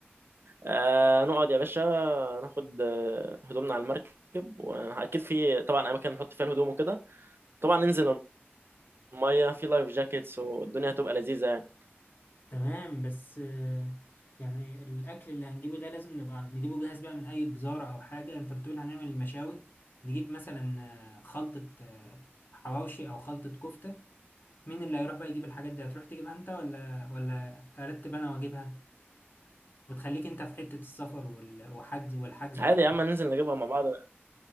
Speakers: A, on the right; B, on the left.
A: آه نقعد يا باشا ناخد آه، هدومنا على المركب واكيد في طبعا اماكن نحط فيها الهدوم وكده طبعا ننزل ميه في لايف جاكيتس والدنيا هتبقى لذيذه يعني
B: تمام بس آه، يعني الأكل اللي هنجيبه ده لازم نبقى نجيبه جاهز بقى من أي جزارة أو حاجة أنت بتقول هنعمل المشاوي نجيب مثلا آه، خلطة آه، حواوشي أو خلطة كفتة مين اللي هيروح بقى يجيب الحاجات دي هتروح تجيبها أنت ولا ولا أرتب أنا وأجيبها وتخليك أنت في حتة السفر وال- وحجز والحجز
A: عادي
B: و...
A: يا عم ننزل نجيبها مع بعض